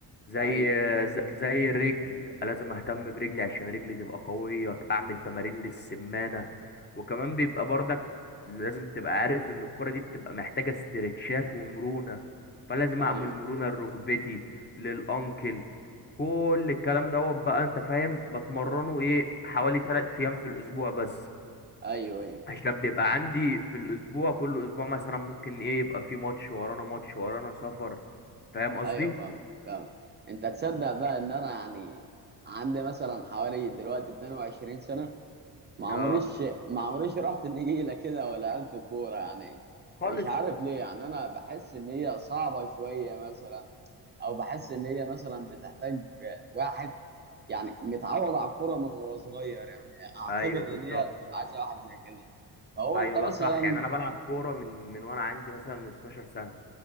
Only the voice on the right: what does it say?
ايوه
ايوه
ايوه ايوه
ايوه فاهمك فاهمك انت تصدق بقى ان انا يعني عندي مثلا حوالي دلوقتي 22 سنه ما عمريش
ما عمريش رحت النجيله كده ولا لعبت كوره يعني
مش عارف ليه يعني انا بحس ان هي صعبه شويه مثلا او بحس ان هي مثلا بتحتاج واحد يعني متعود على الكوره من وهو صغير يعني اعتقد
ان
هي بتبقى عايزه واحد زي كده فهو
انت مثلا